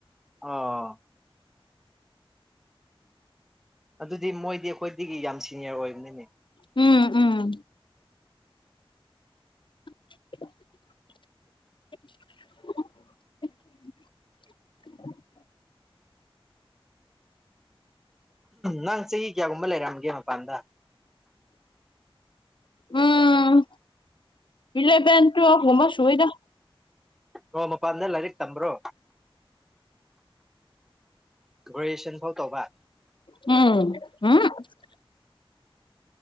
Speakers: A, in the centre; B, on the left.
A: ꯑꯥ ꯑꯗꯨꯗꯤ ꯃꯣꯏꯗꯤ ꯑꯩꯈꯣꯏꯗꯒꯤ ꯌꯥꯝ ꯁꯤꯅꯤꯌꯔ ꯑꯣꯏꯕꯅꯤꯅꯦ
B: ꯎꯝ ꯎꯝ <unintelligible> <unintelligible>
A: ꯅꯪ ꯆꯍꯤ ꯀꯌꯥꯒꯨꯝꯕ ꯂꯩꯔꯝꯒꯦ ꯃꯄꯥꯟꯗ
B: ꯎꯝ ꯑ ꯏꯂꯕꯦꯟ ꯇ꯭ꯋꯦꯜ ꯍꯕꯁꯨꯣꯏꯗ
A: ꯑꯣ ꯃꯄꯥꯟꯗ ꯂꯥꯏꯔꯤꯛ ꯇꯝꯕ꯭ꯔꯣ ꯒ꯭ꯔꯦꯖꯨꯁꯟ ꯐꯥꯎ ꯇꯧꯕ
B: <unintelligible>